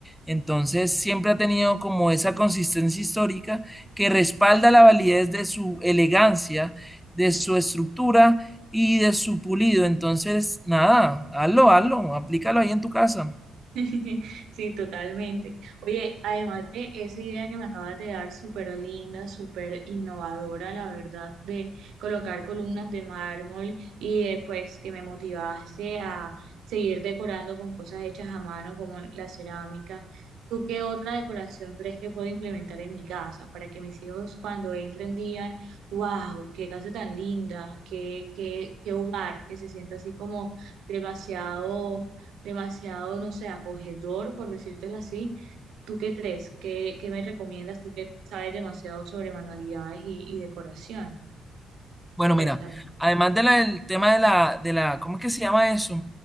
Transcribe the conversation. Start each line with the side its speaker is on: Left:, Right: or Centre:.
Centre: Entonces siempre ha tenido como esa consistencia histórica que respalda la validez de su elegancia, de su estructura y de su pulido. Entonces, nada, hazlo, hazlo, aplícalo ahí en tu casa.
Right: <laughs> Sí, totalmente. Oye, además de esa idea que me acabas de dar, súper linda, súper innovadora, la verdad, de colocar columnas de mármol y después que me motivaste a seguir decorando con cosas hechas a mano como la cerámica, ¿tú qué otra decoración crees que puedo implementar en mi casa para que mis hijos cuando entren digan, wow, qué casa tan linda, qué, qué, qué hogar, que se sienta así como demasiado demasiado, no sé, acogedor, por decírtelo así. ¿Tú qué crees? ¿Qué, qué me recomiendas? Tú que sabes demasiado sobre manualidades y, y decoración.
Centre: Bueno,
Right: Cuéntame.
Centre: mira, además de la- del tema de la, de la, ¿cómo es que se llama eso?